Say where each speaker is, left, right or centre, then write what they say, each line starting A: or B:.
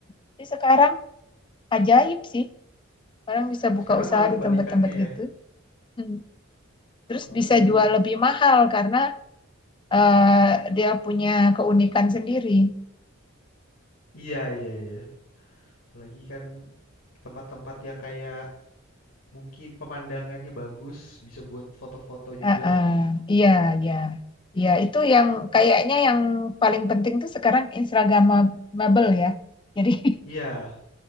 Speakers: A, on the left (about 25°); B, on the left (about 80°).
A: Tapi sekarang ajaib sih. Orang bisa
B: Sekarang
A: buka usaha
B: malah kebalikannya
A: di tempat-tempat gitu.
B: ya.
A: Hmm. Terus
B: Orang
A: bisa
B: lebih
A: jual lebih mahal karena eh, dia punya keunikan sendiri.
B: iya iya iya. Apalagi kan tempat-tempat yang kayak mungkin pemandangannya bagus, bisa buat foto-foto
A: Heeh.
B: juga.
A: Iya, iya. Iya, itu yang kayaknya yang paling penting tuh sekarang Instagramable ya. Jadi
B: Iya,
A: <laughs>